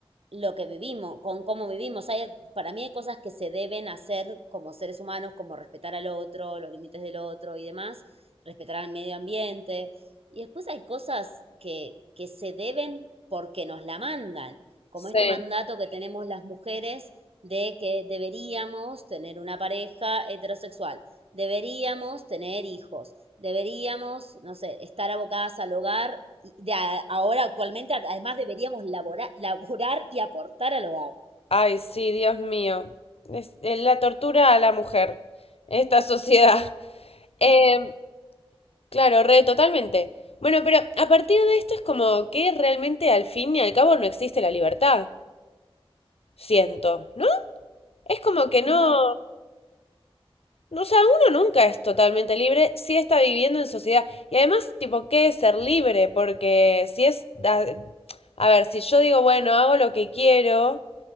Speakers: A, on the right; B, on the left.
A: lo que vivimos, con cómo vivimos. Hay, para mí hay cosas que se deben hacer como seres humanos, como respetar al otro, los límites del otro y demás, respetar al medio ambiente. Y después hay cosas que, que se deben porque nos la mandan, como
B: Sí.
A: este mandato que tenemos las mujeres de que deberíamos tener una pareja heterosexual, deberíamos tener hijos, deberíamos, no sé, estar abocadas al hogar y de a- ahora actualmente además deberíamos laborar, laborar y aportar al hogar.
B: Ay, sí, Dios mío. Es, es la tortura a la mujer, esta sociedad. <laughs> Em, Claro, re, totalmente. Bueno, pero a partir de esto es como que realmente al fin y al cabo no existe la libertad. Siento, ¿no? Es como que no.
A: No,
B: no, O sea, uno nunca es totalmente libre si está viviendo en sociedad. Y además, tipo, ¿qué es ser libre? Porque si es. A, a ver, si yo digo, bueno, hago lo que quiero.